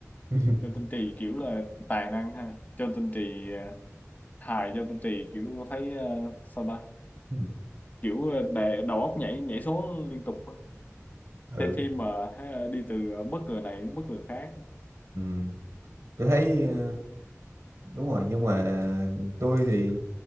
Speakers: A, on the right; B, on the left.
A: <laughs>
B: Châu Tinh Trì kiểu là tài năng ha Châu Tinh Trì ờ, hài Châu Tinh Trì kiểu có thấy ờ, sao ta
A: ừ
B: kiểu ờ, để đầu óc nhảy nhảy số liên tục á.
A: ừ
B: xem phim mà ha, đi từ bất ngờ này đến bất ngờ khác
A: Ừ. tôi thấy ờ, đúng rồi nhưng mà tôi thì